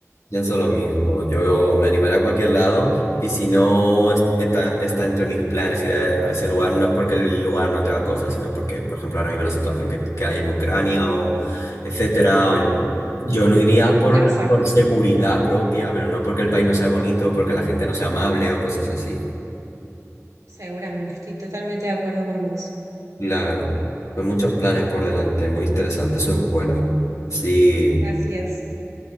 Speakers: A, on the left; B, on the right.
A: Pienso lo mismo, yo me animaré a cualquier lado y si no es- está, está entre mis planes ir a, a ese lugar, no es porque el lugar no tenga cosas, sino porque, por ejemplo, ahora mismo la situación que, que hay en Ucrania o etcétera,
B: Claro.
A: o en- yo no iría por,
B: Gaza,
A: la- por seguridad propia, pero no porque el país no sea bonito, porque la gente no sea amable o cosas así.
B: seguramente, estoy totalmente de acuerdo con vos.
A: Claro, pues muchos planes por delante, muy interesante, eso es bueno. Sí.
B: Así es.